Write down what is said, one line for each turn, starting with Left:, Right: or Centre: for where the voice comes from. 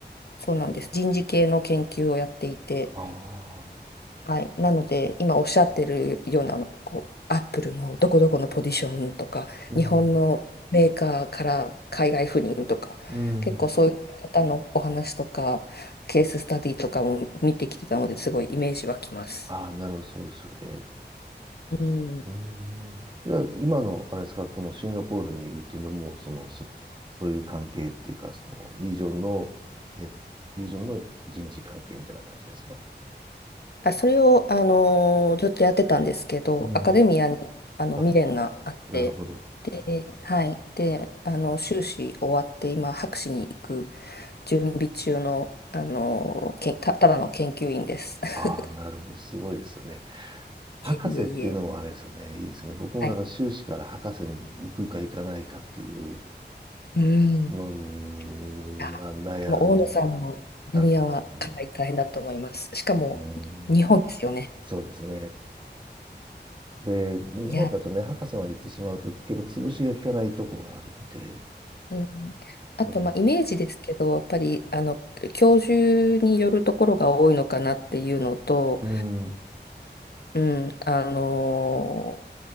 Left: そうなんです。人事系の研究をやっていて、
Right: ああ、
Left: はい、なので今おっしゃってるようなあのこうアップルのどこどこのポジションとか日本のメーカーから海外赴任とか結構そういう方のお話とかケーススタディとかも見てきてたのですごいイメージ湧きます。
Right: うん、うん。ああ、なるほど、そうですよね。
Left: うん、
Right: うん。じゃあ、今の、あれですか、そのシンガポールにいるっていうのも、その、そ、そういう関係っていうか、その、リージョンの、え、リージョンの人事関係みたいな感じですか
Left: あ、それを、あのーずっとやってたんですけどアカデミアにあの未練があって、
Right: うん。あ、なるほど。
Left: ではい、であの修士終わって今博士に行く準備中の、あのけんた、ただの研究員です。
Right: ああ、
Left: <laughs>
Right: なるほど。すごいですよね。博士っていうのはあれですよね。
Left: いえいえいえ。
Right: いいですよね。僕もだから修士から博士に行くか行かないかっていう
Left: はい。うん。
Right: のが悩ん
Left: いやでも大野さんの分野はかなり大変だと思います。
Right: だんですけどね。
Left: しかも日本ですよね。
Right: うん。そうですね。で、日本だとね、
Left: いや、
Right: 博士まで行ってしまうと結構潰しが効かないとこがあるんで、
Left: うん、あとまあイメージですけど、
Right: うん。
Left: やっぱりあの教授によるところが多いのかなっていうのと、
Right: うん。
Left: うん、あの